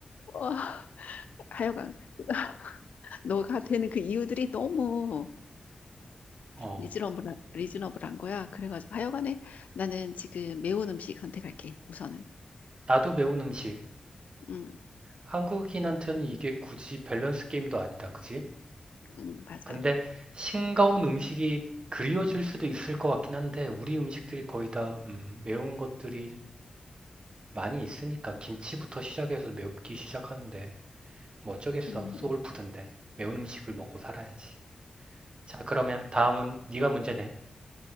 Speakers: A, on the left; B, on the right.
A: <laughs> 하여간 <laughs> 너가 되는 그 이유들이 너무
B: 어,
A: 리즈너블한, 리즈너블한 거야. 그래가지고 하여간에 나는 지금 매운 음식 선택할게. 우선은.
B: 나도 매운 음식.
A: 응,
B: 한국인한테는 이게 굳이 밸런스 게임도 아니다, 그지?
A: 응, 맞아.
B: 근데 싱거운 음식이 그리워질 수도 있을 것 같긴 한데, 우리 음식들이 거의 다, 음, 매운 것들이 많이 있으니까 김치부터 시작해서 맵기 시작하는데 뭐 어쩌겠어.
A: 음.
B: 소울푸드인데 매운 음식을 먹고 살아야지. 자, 그러면 다음은 네가 문제네.